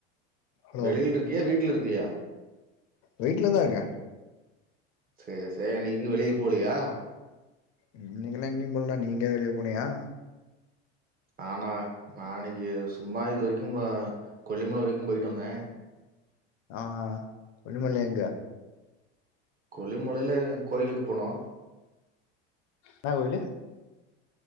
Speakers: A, on the left; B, on the right.
A: ஹலோ
B: வெளில இருக்கியா வீட்டில இருக்கியா
A: வீட்ல தா இருக்கே
B: செரி செரி இன்னிக்கி எங்கயு வெளியில போலியா
A: இன்னக்கி எல்லா எங்கயு போகல நீ எங்கேயாது வெளிய போனியா
B: ஆனா நா இன்னைக்கி சும்மா இது வரைக்கும் கொல்லிமலை வரைக்கும் போய்ட்டு வந்தே
A: ஆ கொல்லிமலை எங்க
B: கொல்லிமலையில கோயிலுக்கு போனோ
A: என்னா கோயிலு